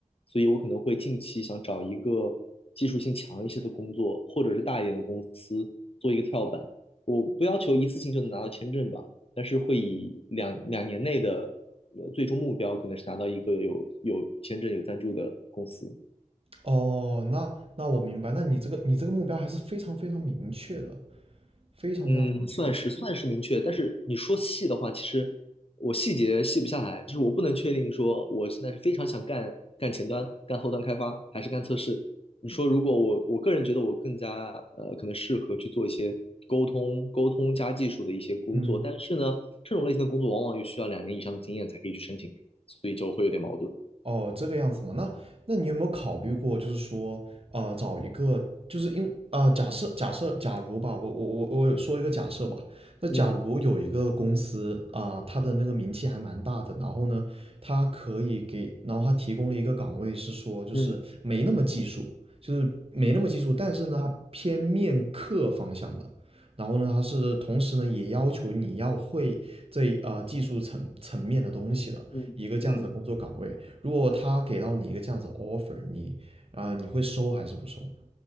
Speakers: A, on the left; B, on the right.
A: 所以我可能会近期想找一个技术性强一些的工作，或者是大一点的公司做一个跳板。我不要求一次性就能拿到签证吧，但是会以两两年内的呃最终目标可能是拿到一个有有签证有赞助的公司。
B: 哦，那那我明白，那你这个你这个目标还是非常非常明确的，非常非常明确。
A: 嗯，算是算是明确，
B: 其实，
A: 但是你说细的话，其实我细节细不下来，就是我不能确定说我现在是非常想干干前端、干后端开发，还是干测试。你说如果我我个人觉得我更加呃可能适合去做一些沟通、沟通加技术的一些工作，
B: 嗯
A: 但是呢，这种类型的工作往往又需要两年以上的经验才可以去申请，所以就会有点矛盾。
B: 哦，这个样子嘛，那那你有没有考虑过，就是说，呃，找一个，就是因，呃，假设假设假如吧，我我我我有说一个假设吧，那假嗯如有一个公司啊，
A: 嗯
B: 呃它的那个名气还蛮大的，然后呢，它可以给，然后它提供了一个岗位，是说就是没那么技术，
A: 嗯
B: 就是没那么技术，但是呢，它偏面客方向的。然后呢，它是同时呢也要求你要会这啊技术层层面的东西的一个这样子的工作岗位，
A: 嗯嗯
B: 如果他给到你一个这样子的 offer，你啊、呃你会收还是不收？